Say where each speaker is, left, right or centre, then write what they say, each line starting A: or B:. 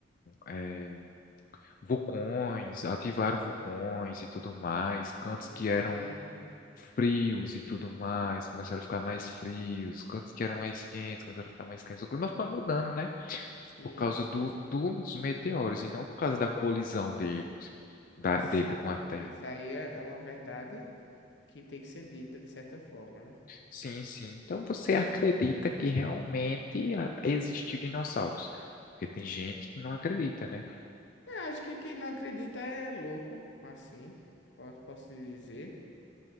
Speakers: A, on the left (about 50°); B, on the left (about 85°).
A: é, vulcões, ativaram vulcões e tudo mais, cantos
B: Hum,
A: que eram frios e tudo mais, começaram a ficar mais frios, cantos que eram mais quentes, começaram a ficar mais quentes. O clima foi mudando, né?
B: Sim,
A: Por causa
B: sim,
A: do,
B: sim.
A: dos meteoros e não por causa da colisão deles, da,
B: Sim,
A: dele com a Terra.
B: isso aí é é uma verdade que tem que ser dita de certa forma, né?
A: Sim, sim. Então você acredita que realmente a- existiu dinossauros? Porque tem gente que não acredita, né?
B: Eu acho que quem não acredita é louco, assim, posso, posso te dizer,